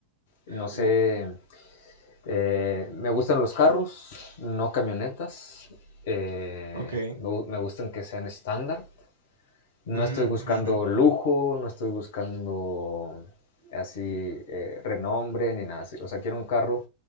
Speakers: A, on the left; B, on the right.
A: No
B: wo-
A: sé, eh, me gustan los carros, no camionetas. eh,
B: ok.
A: me me gustan que sean estándar. No
B: Mm,
A: estoy buscando
B: ujú,
A: lujo, no estoy buscando así eh, renombre ni nada así. O sea, quiero un carro